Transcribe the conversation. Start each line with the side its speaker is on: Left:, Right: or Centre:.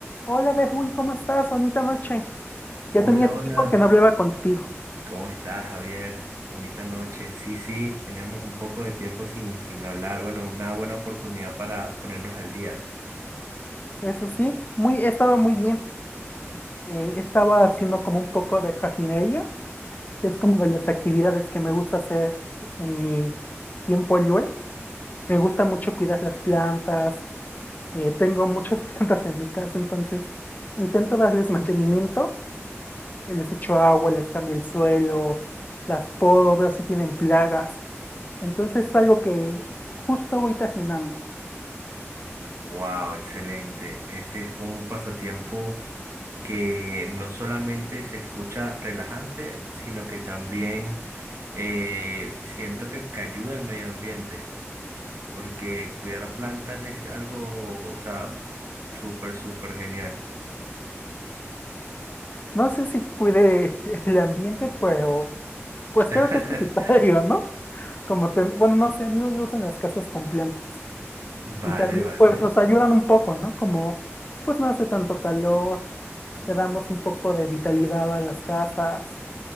Left: Hola, Berwin, ¿cómo estás? Bonita noche.
Right: Hola,
Left: Ya tenía tiempo
Right: hola,
Left: que no hablaba contigo.
Right: ¿cómo estás, Javier? Bonita noche. Sí, sí, tenemos un poco de tiempo sin, sin hablar. Bueno, una buena oportunidad para ponernos al día.
Left: Eso sí, muy, he estado muy bien. Eh, estaba haciendo como un poco de jardinería, que es como de las actividades que me gusta hacer en mi tiempo libre. Me gusta mucho cuidar las plantas. eh, tengo muchas <laughs> plantas en mi casa, entonces intento darles mantenimiento. eh, Les echo agua, les cambio el suelo, las podo, veo si tienen plagas. Entonces es algo que justo voy terminando.
Right: Wow, excelente. Ese es un pasatiempo que no solamente se escucha relajante, sino que también eh, siento que, que ayuda al medio ambiente, porque cuidar plantas es algo, o sea, súper, súper genial.
Left: No sé si cuide <laughs> el ambiente, pero pues
Right: <laughs>
Left: creo que es necesario, ¿no? Como te- bueno, no sé, a mí no me gustan las casas con plantas.
Right: Vale,
Left: Y también
Right: vale.
Left: pues nos ayudan un poco, ¿no? Como pues no hace tanto calor, le damos un poco de vitalidad a las casas.